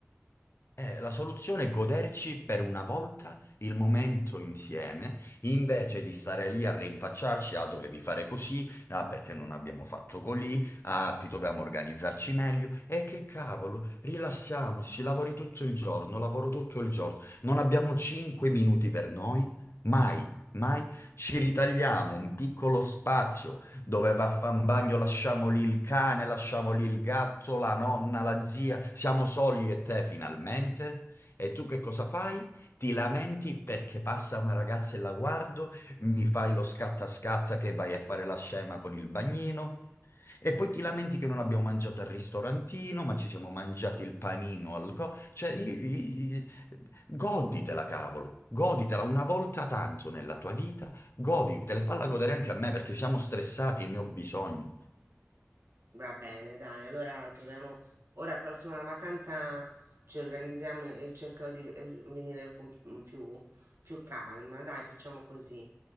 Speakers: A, on the left; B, on the right.
A: Eh, la soluzione è goderci per una volta il momento insieme, invece di stare lì a rinfacciarci, ah, dovevi fare così, ah, perché non abbiamo fatto così, ah, più dovevamo organizzarci meglio. E che cavolo, rilassiamoci, lavori tutto il giorno, lavoro tutto il giorno, non abbiamo 5 minuti per noi, mai. Mai ci ritagliamo un piccolo spazio, dove va a fan bagno, lasciamo lì il cane, lasciamo lì il gatto, la nonna, la zia, siamo soli io e te finalmente. E tu che cosa fai? Ti lamenti perché passa una ragazza e la guardo, mi fai lo scatta scatta che vai a fare la scema con il bagnino, e poi ti lamenti che non abbiamo mangiato al ristorantino, ma ci siamo mangiati il panino al co... Cioè, i- i- i- goditela, cavolo, goditela una volta tanto nella tua vita, goditela e falla godere anche a me perché siamo stressati e ne ho bisogno.
B: Va bene, dai, allora troviamo ora prossima vacanza ci organizziamo e cercherò di ve- eh, venire con mm, più, più calma. Dai, facciamo così.